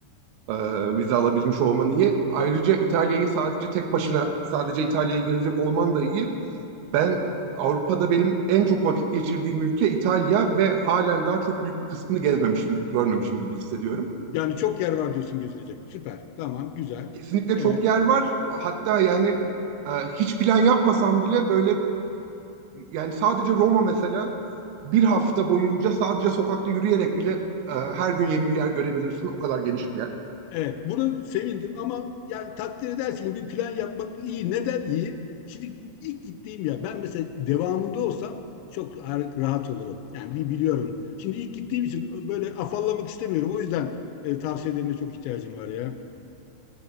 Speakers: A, on the right; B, on the left.
A: Ee, vize alabilmiş olman iyi. Ayrıca İtalya'yı sadece tek başına sadece İtalya'yı gezecek olman da iyi. Ben Avrupa'da benim en çok vakit geçirdiğim ülke İtalya ve halen daha çok büyük bir kısmını gezmemişim, görmemişim gibi hissediyorum.
B: Yani çok yer var diyorsun gezilecek. Süper. Tamam. Güzel.
A: Kesinlikle
B: Evet.
A: çok yer var. Hatta yani e, hiç plan yapmasam bile böyle yani sadece Roma mesela bir hafta boyunca sadece sokakta yürüyerek bile e, her gün yeni bir yer görebilirsin. O kadar geniş bir yer.
B: Evet, bunu sevindim ama yani takdir edersin ki bir plan yapmak iyi. Neden iyi? Şimdi ilk gittiğim ya ben mesela devamında olsam çok har- rahat olurum. Yani bir biliyorum. Şimdi ilk gittiğim için böyle afallamak istemiyorum. O yüzden e, tavsiyelerine çok ihtiyacım var ya.